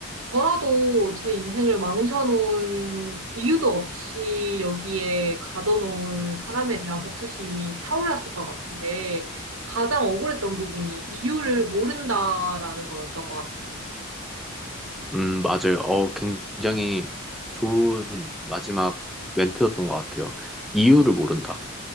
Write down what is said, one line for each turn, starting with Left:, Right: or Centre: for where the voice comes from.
Right: 저라도 제 인생을 망쳐놓은 이유도 없이 여기에 가둬놓은 사람에 대한 복수심이 타올랐을 것 같은데 가장 억울했던 부분이 이유를 모른다라는 거였던 것 같아요.
Centre: 음, 맞아요. 어, 굉장히 좋은 마지막 멘트였던 것 같아요. 이유를 모른다.